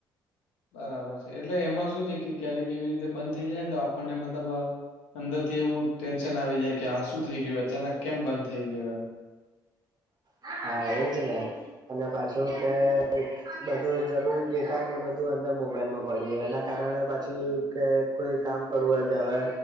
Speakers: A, on the left; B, on the right.
A: બરાબર છે એટલે એમાં શું છે, કે ક્યારેક કેવી રીતે બંધ થઈ જાય ને તો આપણને મતલબ અંદર થી એવું ટેન્શન આવી જાય કે આ શું થઈ ગયું અચાનક કેમ બંધ થઈ ગયો
B: હા એજ ને અને પાછું કે બધું જરૂરી ડેટા ને બધું અંદર મોબાઈલમાં પડ્યું એના કારણે પાછું કે કોઈ કામ કરું હ ક્યાવે